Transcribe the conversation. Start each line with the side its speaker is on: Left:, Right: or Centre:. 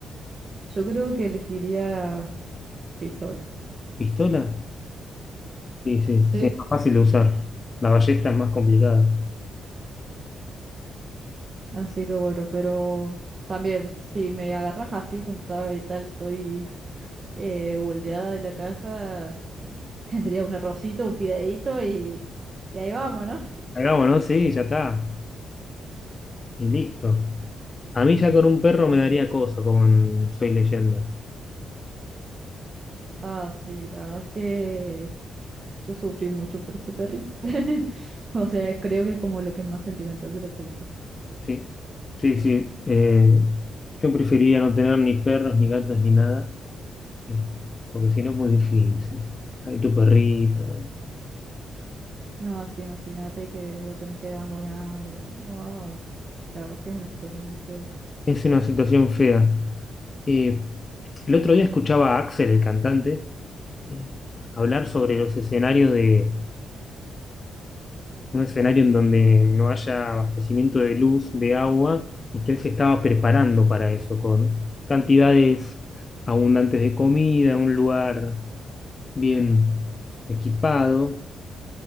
Right: Yo creo que elegiría pistola.
Left: ¿Pistola? Sí, sí.
Right: Sí,
Left: sí, Es más fácil de usar. La ballesta es más complicada.
Right: así que bueno, pero también si me agarras así como estaba y tal, estoy eh, boldeada de la casa, <laughs> tendría un arrocito, un fideíto y, y ahí vamos, ¿no?
Left: Hagámonos, ¿no? Sí, ya está. Y listo. A mí ya con un perro
Right: No hay
Left: me
Right: mu-
Left: daría cosa, como en Soy Leyenda.
Right: Ah, sí, la verdad es que yo sufrí mucho por ese perrito. <laughs> O sea, creo que es como lo que es más sentimental de la película.
Left: Sí, sí, sí. Eh, yo preferiría no tener ni perros, ni gatos, ni nada, eh, porque si no es muy difícil. Hay tu perrita.
Right: No, sí, imagínate que lo tenés que abandonar o... wow, la verdad es que es una situación muy fea.
Left: Es una situación fea. Eh, el otro día escuchaba a Axel, el cantante, eh, hablar sobre los escenarios de un escenario en donde no haya abastecimiento de luz, de agua, y que él se estaba preparando para eso, con cantidades abundantes de comida, un lugar bien equipado